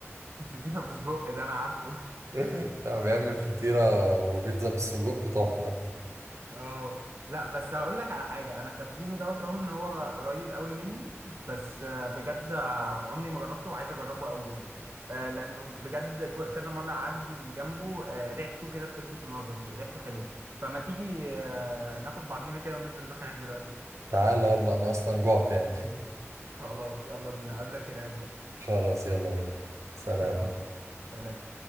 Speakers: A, on the right; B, on the right.
A: الفطيرة بسجق ده أنا عارفه
B: <laughs> لا بيعمل فطيرة وبيتزا بالسجق تحفة
A: اه لا بس هقول لك على حاجه انا خبزيني دوت رغم ان هو قريب قوي مني بس آه، بجد آه، عمري ما جربته وعايز اجربه قوي يعني آه، لانه بجد ك- كذا مره اعدي من جنبه آه، ريحته كده بتلفت نظري ريحته حلوه فما تيجي آه، ناخد بعضينا كده وننزل نروح هناك دلوقتي
B: تعالى يلا أنا أصلا جوعت يعني <laughs>
A: خلاص يلا بينا اقابلك هناك بقى
B: خلاص يلا بينا سلام
A: <laughs> يلا سلام